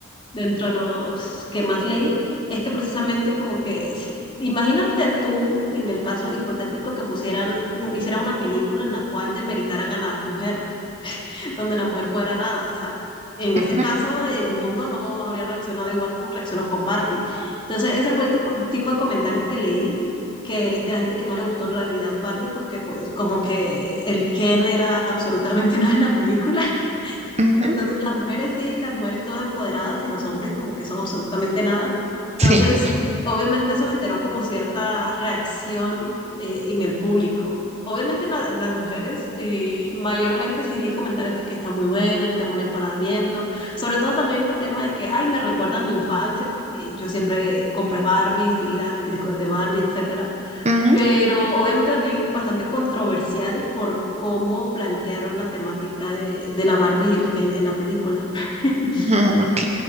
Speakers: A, on the left (about 25°); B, on the right (about 30°).
A: dentro de los que más leí. Es que precisamente como que, s- imagínate tú, en el caso hipotético, que pusieran, un- hicieran una película en la cual demeritaran a la mujer. <laughs> donde la mujer fuera nada. O sea, en
B: Ujú,
A: ese caso el mundo no habría reaccionado igual como reaccionó con Barbie. Entonces ese fue el tipo, el tipo de comentarios que leí que de la gente que no le gustó en realidad Barbie porque pues como que el Ken era absolutamente <laughs> nada en la película
B: ujú,
A: entonces, las mujeres sí, las mujeres todas empoderadas y los hombres como que son absolutamente nada. Entonces,
B: sí,
A: eh, obviamente eso generó como cierta reacción eh, en el público. Obviamente la- las mujeres eh, mayormente sí leí comentarios de que está muy buena el tema del empoderamiento, sobre todo también este tema de que, ay, me recuerda a mi infancia porque yo siempre compré Barbies, veía las películas de Barbie, etcétera
B: ujú,
A: pero obviamente también es bastante controversial por cómo plantearon la temática de, de la Barbie y el Ken en la película. <laughs>
B: ujú, ok.